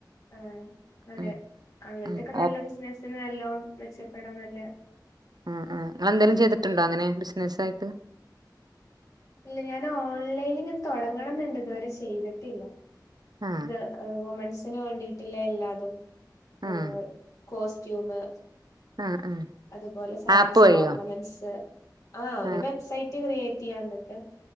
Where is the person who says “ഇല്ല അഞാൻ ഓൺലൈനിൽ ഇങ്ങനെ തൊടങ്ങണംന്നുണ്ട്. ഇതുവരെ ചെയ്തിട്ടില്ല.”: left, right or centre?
Left